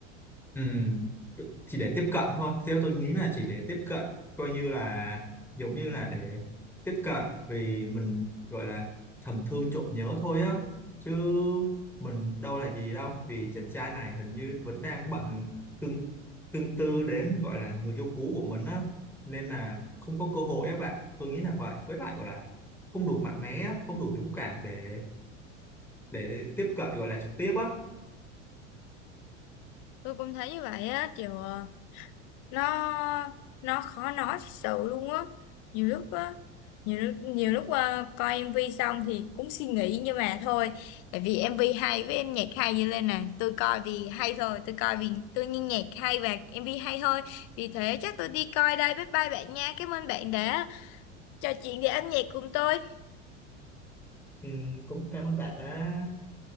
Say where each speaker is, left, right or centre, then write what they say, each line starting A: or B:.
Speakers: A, in the centre; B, on the left (about 55°).
A: Ừ, chỉ để tiếp cận thôi. Theo tôi nghĩ là chỉ để tiếp cận, coi như là giống như là để tiếp cận vì mình gọi là thầm thương trộm nhớ thôi á. Chứ mình đâu là gì đâu, vì chàng trai này hình như vẫn đang bận tương tương tư đến gọi là người yêu cũ của mình á. Nên là không có cơ hội á bạn. Tôi nghĩ là vậy. Với lại gọi là không đủ mạnh mẽ, á, không đủ dũng cảm để để tiếp cận gọi là trực tiếp á.
B: tôi cũng thấy như vậy á kiểu ờ, nó nó khó nói thật sự luôn á nhiều lúc á nhiều lúc nhiều lúc ờ, coi MV xong thì cũng suy nghĩ nhưng mà thôi tại vì MV hay với em nhạc hay như lên nè tôi coi vì hay thôi tôi coi vì tôi nghe nhạc hay và MV hay thôi vì thế chắc tôi đi coi đây bye bye bạn nha cảm ơn bạn đã trò chuyện về âm nhạc cùng tôi
A: ừ, cũng cảm ơn bạn đã